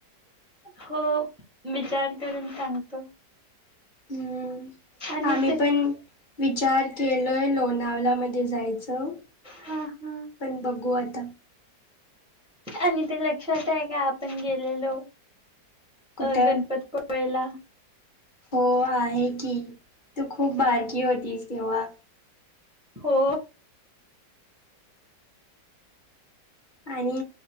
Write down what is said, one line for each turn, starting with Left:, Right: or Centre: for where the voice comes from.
Centre: हो विचार करून सांगतो
Left: हम्म
Centre: आणि
Left: आम्ही
Centre: ते
Left: पण विचार केलय लोणावलामध्ये जायचं
Centre: हा हा
Left: पण बघू आता
Centre: आणि ते लक्षात आहे का आपण गेलेलो
Left: कुठं
Centre: अ गणपत पळेला
Left: हो आहे की तू खूप बारकी होतीस तेव्हा
Centre: हो
Left: आणि